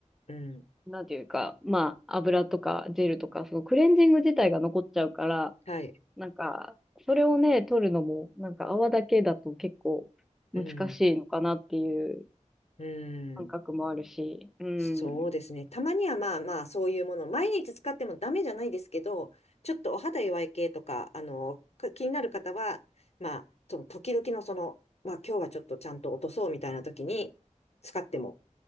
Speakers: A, on the left; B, in the centre.
A: うん。
B: なんていうか、まあ、油とかジェルとか、そのクレンジング自体が残っちゃうから、
A: はい。
B: なんか、それをね、取るのも、なんか泡だけだと結構難しいのかなっていう
A: うんう
B: 感覚もあるし、
A: ん。
B: うん、
A: そうですね。たまにはまあまあ、そういうもの、毎日使ってもダメじゃないですけど、ちょっとお肌弱い系とか、あの、か気になる方は、まあ、その時々のその、まあ今日はちょっとちゃんと落とそうみたいな時に使っても